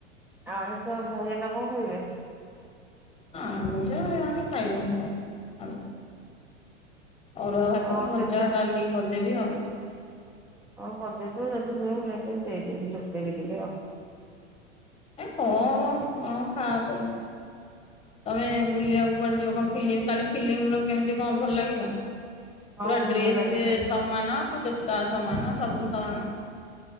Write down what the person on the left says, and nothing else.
ହଁ ଆଣିଲୁ ଯେ ଆମେ ଖାଇବୁନି ଆଉ ଅରୁଆ ଭାତ
ଭଜା
ଡାଲି କରିଦେବି ଆଉ
ଏ କଣ ହବ ହଁ ଖା ତୋର। ତମେ ବୁଲିବାକୁ କୁଆଡେ ଯିବ କଣ ଫିଲ୍ମ କାଲି ଫିଲ୍ମ କେମିତି କଣ ଭଲ ଲାଗିଲା।
ପୁରା ଡ୍ରେସ
ସମାନ ଜତା ସମାନ ସବୁ ସମାନ।